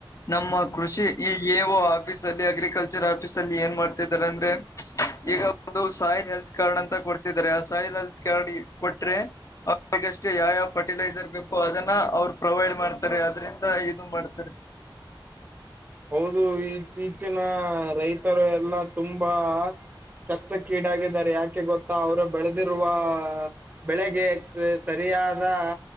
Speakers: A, on the left; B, on the right.
A: ನಮ್ಮ ಕೃಷಿ ಎ ಓ ಆಫೀಸ ಅಲ್ಲಿ ಅಗ್ರಿಕಲ್ಚರ್ ಆಫೀಸ್ ಅಲ್ಲಿ ಏನ್ ಮಾಡತ್ತಿದ್ದಾರೆ ಅಂದ್ರೆ. ಈಗ ಒಂದು ಸಾಯಿಲ್ ಹೆಲ್ತ್ ಕಾರ್ಡ್ ಅಂತ ಕೊಡ್ತಿದಿದ್ದಾರೆ ಆ ಸಾಯಿಲ್ ಹೆಲ್ತ್ ಕಾರ್ಡ್ ಕೊಟ್ರೆ ಅವ್ರಗಷ್ಟೇ ಯಾವ್ಯಾವ ಫರ್ಟಿಲೈಸರ್ ಬೇಕೋ ಅದನ್ನ ಅವ್ರು ಪ್ರೊವೈಡ್ ಮಾಡ್ತಾರೆ ಅದ್ರಿಂದ ಇದು ಮಾಡ್ತಾರೆ.
B: ಹೌದು ಇತ್ತೀಚಿನ ರೈತರು ಎಲ್ಲಾ ತುಂಬಾ ಕಷ್ಟಕ್ಕೀಡಾಗಿದ್ದಾರೆ ಯಾಕೆ ಗೊತ್ತಾ ಅವರು ಬೆಳೆದಿರುವ ಬೆಳೆಗೆ ಸರಿಯಾದಾ